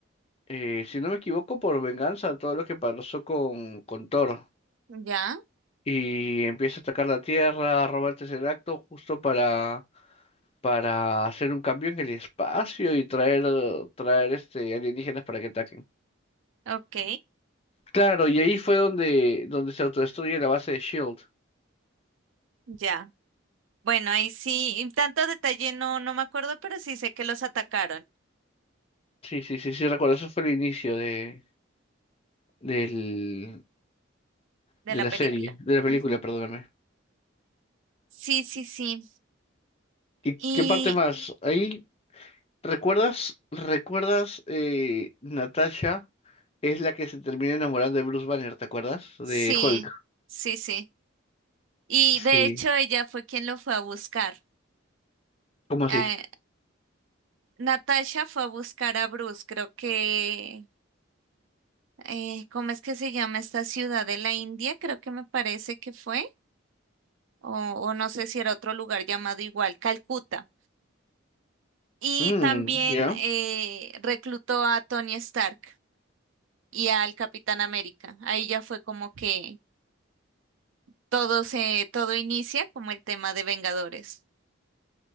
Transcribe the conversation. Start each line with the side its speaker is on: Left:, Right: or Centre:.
Left: eh, si no me equivoco, por venganza a todo lo que pasó con, con Thor.
Right: Ya,
Left: y empieza a atacar la Tierra, roba el Tesseracto justo para, para hacer un cambio en el espacio y traer, eh, traer este, alienígenas para que ataquen.
Right: ok,
Left: Claro, y ahí fue donde, donde se autodestruye la base de Shield.
Right: ya. Bueno, ahí sí, y tanto detalle no, no me acuerdo, pero sí sé que los atacaron
Left: Sí, sí, sí, sí, recuerdo, eso fue el inicio de, del,
Right: de
Left: de
Right: la
Left: la
Right: película.
Left: serie, de la película,
Right: Ujú.
Left: perdóname.
Right: Sí, sí, sí.
Left: ¿Y
Right: Y
Left: qué parte más? Ahí, ¿recuerdas? ¿Recuerdas eh, Natasha? Es la que se termina enamorando de Bruce Banner, ¿te acuerdas? De
Right: sí,
Left: Hulk.
Right: sí, sí. Y
Left: Sí.
Right: de hecho ella fue quien lo fue a buscar.
Left: ¿Cómo así?
Right: Eh, Natasha fue a buscar a Bruce, creo que, eh, ¿cómo es que se llama esta ciudad de la India? Creo que me parece que fue, o, o no sé si era otro lugar llamado igual, Calcuta. Y
Left: Mm,
Right: también
Left: ya.
Right: eh, reclutó a Tony Stark y al Capitán América. Ahí ya fue como que todo se, todo inicia como el tema de Vengadores.